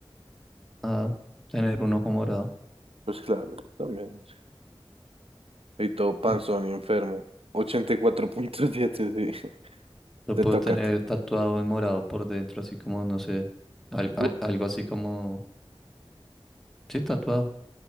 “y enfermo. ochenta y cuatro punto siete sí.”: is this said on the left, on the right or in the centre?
Right